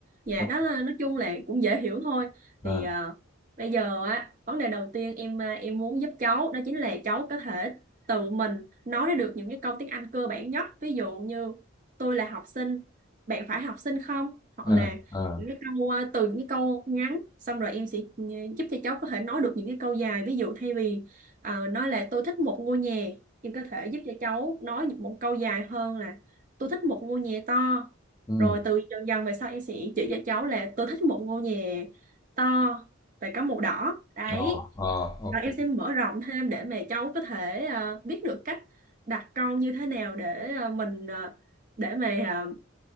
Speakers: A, on the right (about 40°); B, on the left (about 20°).
A: dạ
B: đúng.
A: đó là nói chung là cũng dễ hiểu thôi
B: à,
A: thì à, Bây giờ á, vấn đề đầu tiên em à, em muốn giúp cháu đó chính là cháu có thể tự mình nói ra được những cái câu tiếng Anh cơ bản nhất. Ví dụ như tôi là học sinh, bạn phải học sinh không? Hoặc
B: ừ,
A: là
B: ờ,
A: những cái câu à, từ những cái câu ngắn xong rồi em sẽ ừ, giúp cho cháu có thể nói được những cái câu dài. Ví dụ thay vì ờ, nói là tôi thích một ngôi nhà, em có thể giúp cho cháu nói một câu dài hơn là tôi thích một ngôi nhà to.
B: ừ,
A: Rồi từ dần dần về sau em sẽ chỉ cho cháu là tôi thích một ngôi nhà to về có màu đỏ đấy
B: ờ, ờ, ok.
A: và em sẽ mở rộng thêm để mà cháu có thể ờ, biết được cách đặt câu như thế nào để ờ, mình ờ, để mà ờ,